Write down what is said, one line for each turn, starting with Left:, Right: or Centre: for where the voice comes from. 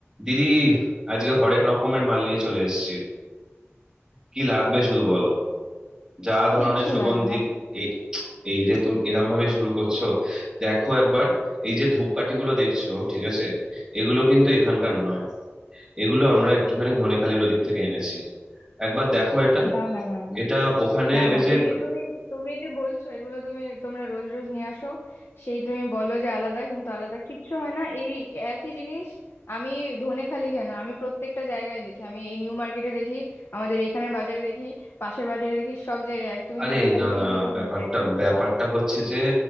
Right: দিদি আজকে হরেক রকমের মাল নিয়ে চলে এসেছি কি লাগবে শুধু বলো যা ধরনের
Left: কিচ্ছু
Right: সুগন্ধি
Left: লাগবে
Right: এই এই রে তুমি এরম ভাবে শুরু করছো দেখো একবার এই যে ধূপকাঠি গুলো দেখছো ঠিক আছে এগুলো কিন্তু এখানকার নয় এগুলো আমরা একটুখানি ধনেখালির ওদিক থেকে এনেছি একবার দেখো এটা
Left: না না না না না
Right: এটা ওখানে
Left: না
Right: ওই
Left: না
Right: যে
Left: এই যে তুমি তুমি যে বলছো এগুলো তুমি তোমরা রোজ রোজ নিয়ে আসো সেই তুমি বলো যে আলাদা কিন্তু আলাদা কিচ্ছু হয় না এই একই জিনিস আমি ধনেখালি কেন আমি প্রত্যেকটা জায়গায় দেখি আমি এই নিউ মার্কেটে দেখি আমাদের এখানের বাজারে দেখি পাশের বাজারে দেখি সব জায়গায় এক তুমি
Right: আরে
Left: ধনেখালি
Right: না
Left: থেকে
Right: না
Left: কি করে
Right: ব্যাপারটা
Left: নিলে এটা
Right: ব্যাপারটা হচ্ছে যে